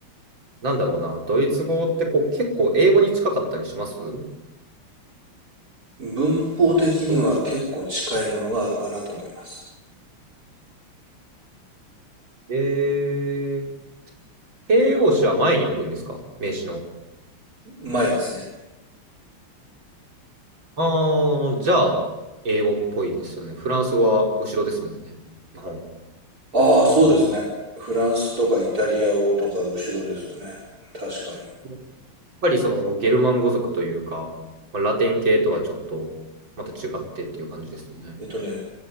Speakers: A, on the right; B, on the right.
A: なんだろうな、ドイツ語ってこう結構英語に近かったりします
B: 文法的には結構近いものがあるかなと思います。
A: どうでしょうえー、形容詞は前に置くんですか名詞の。
B: 前ですね。
A: あー、じゃあ、英語っぽいですよね。フランス語は後ろですもんね。日本。
B: ああ、そうですね。
A: うん。
B: フランスとかイタリア語とか後ろですよね。確かに。
A: やっぱりそのゲルマン語族というか、まあラテン系とはちょっとまた違ってっていう感じですよね。
B: えっとね、